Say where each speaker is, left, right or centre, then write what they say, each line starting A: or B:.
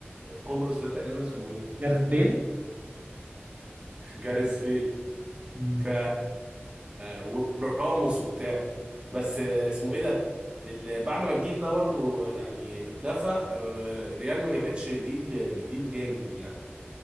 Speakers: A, on the right (about 25°); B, on the right (about 40°).
A: قبرص ده تقريبا اسمه ايه
B: جاريث بيل
A: <laughs> جاريث
B: مم.
A: ف وراموس وبتاع بس اسمه ايه ده ال- بعد ما الجيل ده برضو يعني اتنفى آه، ريال ما جابتش جيل جديد جامد يعني